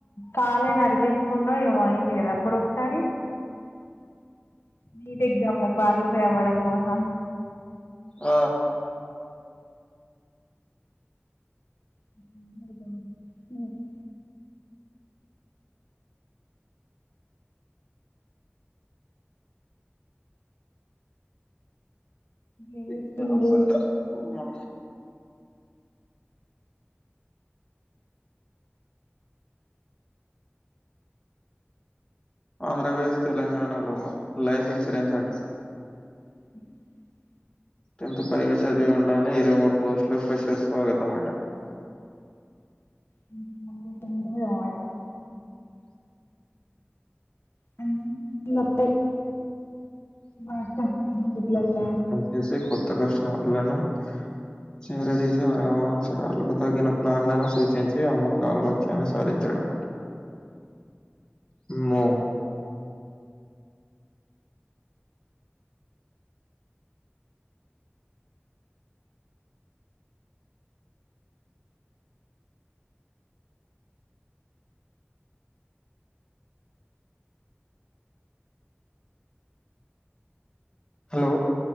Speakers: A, on the left; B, on the left.
A: కాలే నర్కేకుండో ఏమో అయింది గదా అప్పుడు ఒక్ సారి నీట్ ఎగ్జామ్ల క్వాలిఫై అవ్వడం కోసం
B: ఆ
A: <inaudible> ఏం చేస్తుండ్రు
B: ఇయ్యాలప్ సండా ఉమ్మ ఆంధ్రపదేశ్ తెలంగాణలో లైఫ్ ఇన్సూరెన్స్ అంట్ర
A: <inaudible>
B: టెన్త్ పైగా చదివి ఉండలీ ఇరవై మూడు పోస్ట్ లో ఫ్రెషర్ స్వాగతం అమాట
A: హు <unintelligible> ఆడు హు ఫుల్ అత్తయ్ వాటర్ బాటిల్లల్లా
B: చేసే కొత్త కస్టమర్లలో చీర తీసి అవసరాలకు తగిన ప్లాన్లను సూచించి అమ్మకాల లక్ష్యాన్ని సాధించాడు అన్మాట మో హలో